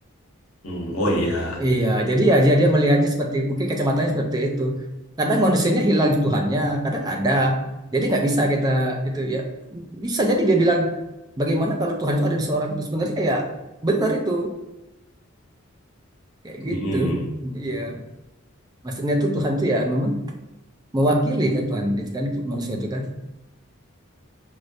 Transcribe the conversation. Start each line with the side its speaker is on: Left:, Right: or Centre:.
Left: Mm, oh iya
Right: Iya, jadi ya dia dia melihatnya seperti mungkin kacamatanya seperti itu. Kadang manusianya hilang Tuhannya, kadang ada. Jadi nggak bisa kita itu ya bisa jadi dia bilang bagaimana kalau Tuhan itu ada di seorang itu sebenarnya ya benar itu kayak gitu.
Left: Mm-mm.
Right: Iya, maksudnya tuh Tuhan tuh ya memang mewakili kan Tuhan itu kan manusia itu kan